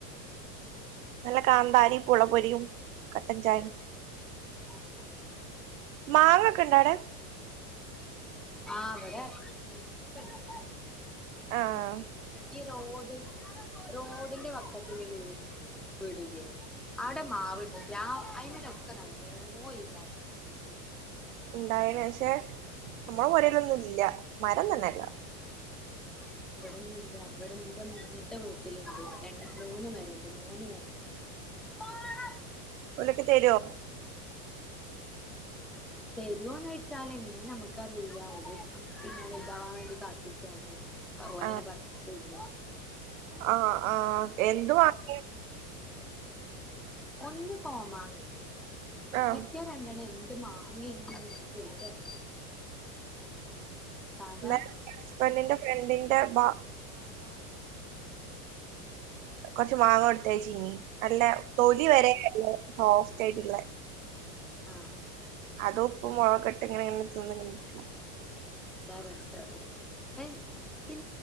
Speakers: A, on the right; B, in the centre.
A: നല്ല കാന്താരി പുളംപൊരിയും കട്ടൻ ചായയും
B: ഉം
A: മാങ്ങൊക്കെ ഇണ്ട അവിടെ
B: ആ അവിടെ ഒരുക്കക്കെ ഉണ്ട്
A: ആ ആ ആ
B: ഈ റോഡും റോഡിന്റെ വക്കത്തില് വീട് വീടില്ലേ അവിടെ മാവിണ്ട് ല്ലാ കഴിഞ്ഞ പ്രാവശ്യം നല്ലോ ഈ പ്രാവശ്യം മാങ്ങാ ഇണ്ടായിണ്ട്
A: ഇണ്ടായേനെ പക്ഷേ നമ്മ പുരേലൊന്നും ഇല്ല. മരം തന്നെ ല്ല
B: ആഹ് അതന്നെ ഇവിടൊന്നും ഇല്ല ഇവിടെ ന്റെ മുന്ന്ത്തെ വീട്ടിലുണ്ട് രണ്ട് മൂന്ന് മരണ്ട് മൂന്ന് മരത്തില് നല്ലോണം ഇണ്ടായിന്
A: ഒലക്ക തരോ?
B: തരുവോന്ന് ചോദിച്ചാൽ എങ്ങനെയാ നമുക്കറിയൂല ഒര് പിന്നെ വലുതാവാൻ വേണ്ടി കാത്ത്ക്കാണ് ഓലനെ
A: ആഹ്
B: പറിച്ചിട്ട് ഇ
A: ആഹ് ആ എന്തുവാങ്ങിയെ
B: ഒന്ന് കോമാങ്ങണ്ടി
A: ആഹ്
B: മെക്കാരണ്ടണ്ണം എന്തു മാ അങ്ങ എന്നെ വിളിച്ച് പേരറിയൂല സാധാ
A: ഇന്ന് ഹസ്ബൻഡിന്റെ ഫ്രണ്ടിന്റെ <unintelligible>
B: ഉം
A: കൊറച്ച് മാങ്ങ കൊടുത്തയച്ചീനി നല്ല തൊലി വരെനല്ല സോഫ്റ്റായിട്ടുള്ളെ
B: ആ ആ
A: അത് ഉപ്പും മുളകൊക്കെ ഇട്ട് ഇങ്ങനിങ്ങനെ തിന്നങ്ങ് നിക്കണം
B: ഇതാ രസളളത് <unintelligible> ഇ